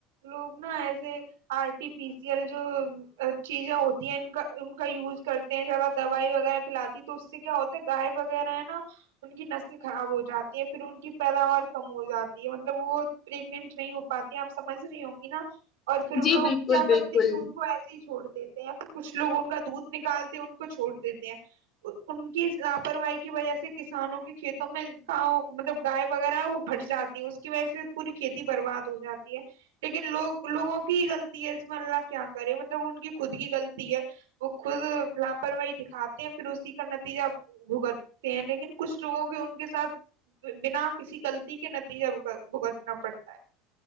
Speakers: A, on the right; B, on the left.
A: لوگ نا ایسے آرٹیفیشل جو چیزیں ہوتی ہیں ان کا ان کا یوز کرتے ہیں زیادہ دوائی وغیرہ کھلاتی تو اس سے کیا ہوتا ہے گائے وغیرہ ہے نا ان کی نسل خراب ہوتی جاتی ہے پھر ان کی پیداوار کم ہو جاتی ہے مطلب وہ پریگنٹ نہیں ہو پاتی آپ سمجھ رہی ہوں گی نا اور پھر
B: جی
A: لوگ
B: بالکل
A: کیا
B: بالکل
A: کرتے ہیں کہ ان کو ایسے ہی چھوڑتے دیتے ہیں یا پھر کچھ لوگ ان کا دودھ نکالتے ان کو چھوڑ دیتے ہیں ان کی لاپرواہی کی وجہ سے کسانوں کے کھیتوں میں اؤ مطلب گائے وغیرہ ہے وہ بھٹ جاتی ہے اس کی وجہ سے پوری کھیتی برباد ہو جاتی ہے لیکن لوگ لوگوں کی غلطی ہے اس میں اللہ کیا کرے مطلب ان کی خود کی غلطی ہے وہ خود لاپرواہی دکھاتے ہیں پھر اسی کا نتیجہ بھگتتے ہیں لیکن کچھ لوگوں کے ان کے ساتھ بنا کسی غلطی کے نتیجے بھگتنا پڑتا ہے